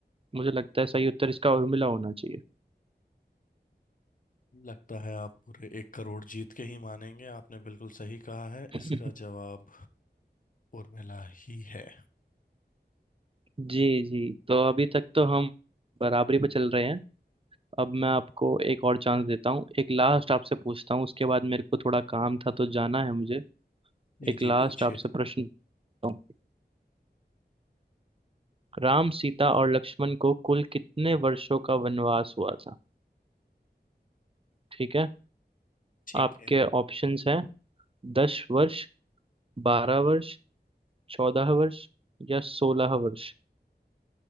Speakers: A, on the right (about 30°); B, on the left (about 50°).
A: मुझे लगता है सही उत्तर इसका उर्मिला होना चाहिए
B: लगता है आप पूरे एक करोड़ जीत के ही मानेंगे आपने बिल्कुल सही कहा है
A: <laughs>
B: इसका जवाब उर्मिला ही है
A: जी जी तो अभी तक तो हम बराबरी पे चल रहे हैं अब मैं आपको एक और चांस देता हूँ एक लास्ट आपसे पूछता हूँ उसके बाद मेरे को थोड़ा काम था तो जाना है मुझे
B: जी
A: एक लास्ट
B: जी पूछिए
A: आपसे प्रश्न पूछता हूँ। राम सीता और लक्ष्मण को कुल कितने वर्षों का वनवास हुआ था ठीक है
B: ठीक
A: आपके
B: है
A: ऑप्शंस हैं दस वर्ष बारह वर्ष चौदह वर्ष या सोलह वर्ष